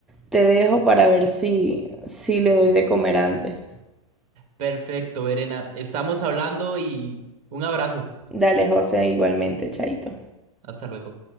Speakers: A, in the centre; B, on the right.
A: te dejo para ver si, si le doy de comer antes.
B: Perfecto, Verena. Estamos hablando y un abrazo.
A: Dale, José, igualmente, chaito.
B: Hasta luego.